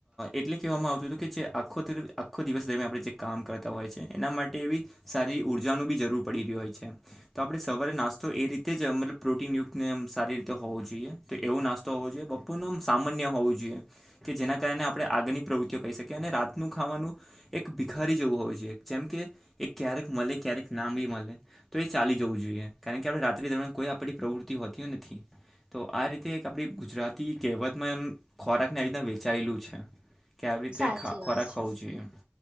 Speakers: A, in the centre; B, on the right.
A: એટલે કહેવામાં આવતું હતું કે જે આખો આખો દિવસ દરમિયાન આપણે જે કામ કરતા હોય છે એના માટે એવી સારી ઊર્જાનું બી જરૂર પડી રહ્યું હોય છે. તો આપડે સવારે નાસ્તો એ રીતે જ મતલબ પ્રોટીન યુક્ત ને સારી રીતે તો હોવું જોઈએ તો એવો નાસ્તો હોવો જોઈએ બપોરનું આમ સામાન્ય હોવું જોઈએ. કે જેના કારણે આપણે આગળની પ્રવૃત્તિઓ કરી શકીએ અને રાતનું ખાવાનું એક ભિખારી જેવું હોવુ જોઈએ જેમ કે એ ક્યારેક મલે ને ક્યારેક ના બી મલે તો એ ચાલી જવું જોઈએ કારણ કે આપણે રાત્રિ દરમિયાન કોઈ આપણી પ્રવૃત્તિ હોતી નથી. તો આ રીતે એક આપણી ગુજરાતી કહેવતમાં એમ ખોરાકને આવી રીતે વહેચાયેલું છે કે આવી રીતે
B: સાચી
A: ખોરાક
B: વાત છે
A: હોઉ જોઈએ